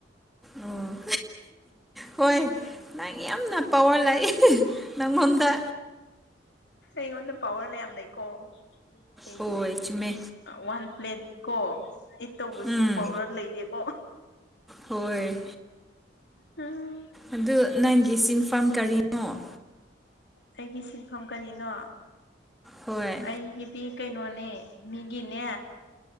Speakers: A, in the centre; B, on the left.
A: ꯑꯣ ꯍꯣꯏ ꯅꯪ ꯌꯥꯝꯅ ꯄꯋꯥꯔ ꯂꯥꯛꯏ ꯅꯪꯉꯣꯟꯗ
B: ꯏ ꯄꯋꯥꯔꯂꯦꯝꯌꯥꯝ ꯂꯩꯀꯣ ꯍꯥꯏꯗꯤ
A: ꯍꯣꯏ ꯆꯨꯝꯃꯦ
B: ꯋꯥꯟ ꯄ꯭ꯂꯦꯠ ꯀꯣ ꯏꯠ ꯇꯧꯕꯁꯨ
A: ꯎꯝ
B: ꯄꯥꯎꯗꯔ ꯂꯩꯔꯦꯀꯣ
A: ꯍꯣꯏ
B: ꯑꯝ
A: ꯑꯗꯨ ꯅꯪꯒꯤ ꯁꯤꯟꯐꯝ ꯀꯔꯤ ꯅꯣ
B: ꯑꯩꯒꯤ ꯁꯤꯟꯐꯝ ꯀꯔꯤꯅꯣ
A: ꯍꯣꯏ
B: ꯑꯩꯒꯤꯗꯤ ꯀꯩꯅꯣꯅꯦ ꯃꯤꯒꯤꯅꯦ